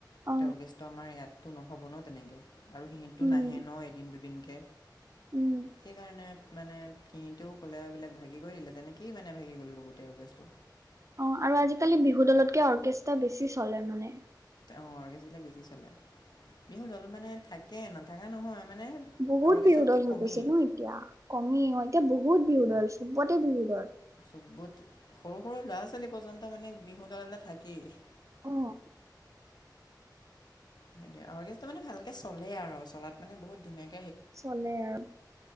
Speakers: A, on the right (about 45°); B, on the left (about 65°).
A: অ,
B: এতিয়া অৰ্গেষ্ট আমাৰ ইয়াততো নহ'ব ন তেনেকৈ আৰু সিহঁটো
A: উম,
B: নাহে ন এদিন দুদিনকে
A: উম,
B: সেইকাৰণে মানে খিহিতেও ক'লে এইবিলাক ভাগি কৰি দিলে তেনে কি মানে ভাগি গ'লো গোটেই গেছটো
A: অ', আৰু আজিকালি বিহু দলতকে অৰ্কেষ্ট্ৰা বেছি চলে মানে।
B: অ', অৰ্গেছবিলাক বেছি চলে বিহু দল মানে থাকে নথকা নহয় মানে
A: বহুত
B: অৰ্গেষ্টতকৈ
A: বিহুদল হৈ
B: কমেই
A: গৈছে ন এতিয়া কমি আহ এতিয়া বহুত বহুত বিহু দল চবতে বিহু দল
B: ব সৰু সৰু ল'ৰা ছোৱালী পৰ্যন্ত মানে বিহুতলিতে থাকেই।
A: অ'।
B: সেইটোয়ে অৰ্গেজটো মানে ভালকে চলে আৰু চলাত মানে বহুত ধুনীয়াক
A: চলে আৰু,